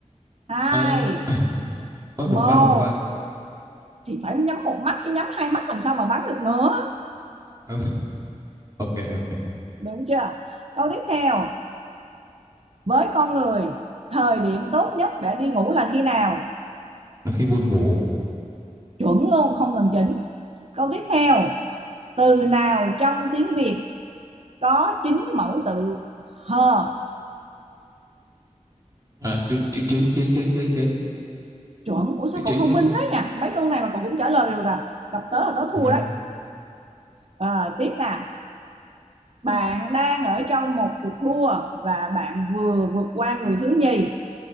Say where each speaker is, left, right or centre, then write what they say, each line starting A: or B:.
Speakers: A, on the right; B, on the right.
A: hai
B: ờ, <laughs> thôi
A: một
B: bỏ qua bỏ qua
A: thì phải nhắm một mắt chứ nhắm hai mắt làm sao mà bắn được nữa.
B: Ờ, ok ok
A: Đúng chưa? Câu tiếp theo, với con người, thời điểm tốt nhất để đi ngủ là khi nào?
B: là khi buồn ngủ
A: Chuẩn luôn không cần chỉnh. Câu tiếp theo, từ nào trong tiếng Việt có chín mẫu tự hờ
B: à, chữ, chữ chính chính chính chính chính
A: chuẩn ủa sao
B: chữ chính
A: cậu thông
B: đúng
A: minh
B: không
A: thế nhỉ mấy câu này mà cậu cũng trả lời được à gặp tớ là tớ thua
B: nhiên
A: đấy à, tiếp nè Bạn đang ở trong một cuộc đua và bạn vừa vượt qua người thứ nhì.